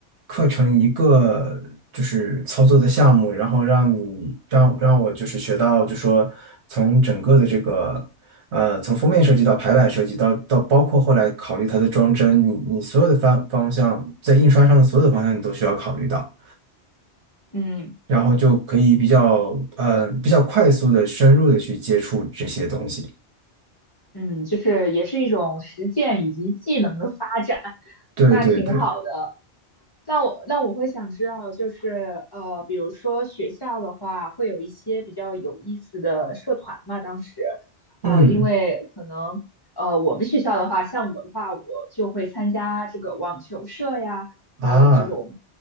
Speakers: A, on the right; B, on the left.
A: 课程一个就是操作的项目，然后让你让让我就是学到，就说从整个的这个呃从封面设计到排版设计到到包括后来考虑它的装帧，你你所有的方方向在印刷上的所有的方向你都需要考虑到，
B: 嗯
A: 然后就可以比较呃比较快速的深入的去接触这些东西。
B: 嗯，就是也是一种实践以及技能的发展，
A: 对对对，
B: 那挺好的。那我那我会想知道，就是呃，比如说学校的话，会有一些比较有意思的社团嘛。当时，呃，
A: 嗯
B: 因为可能呃，我们学校的话，像我的话，我就会参加这个网球社呀，
A: 啊
B: 还有这种